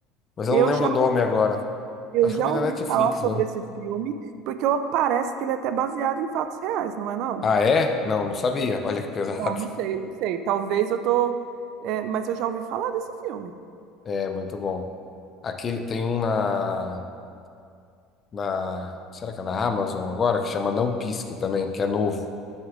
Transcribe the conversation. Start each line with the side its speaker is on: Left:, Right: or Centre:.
Left: Mas
Right: Eu
Left: eu não lembro
Right: já
Left: o nome agora.
Right: Eu
Left: Acho
Right: já
Left: que eu vi na
Right: ouvi
Left: Netflix,
Right: falar sobre
Left: não?
Right: esse filme, porque eu- parece que ele é até baseado em fatos reais, não é não?
Left: Ah, é? Não, não sabia. Olha que pesado.
Right: Não, não sei, não sei. Talvez eu tô, é, mas eu já ouvi falar desse filme.
Left: É, muito bom. Aquele, tem um na, na. Será que é na Amazon agora? Que chama Não Pisque também, que é novo.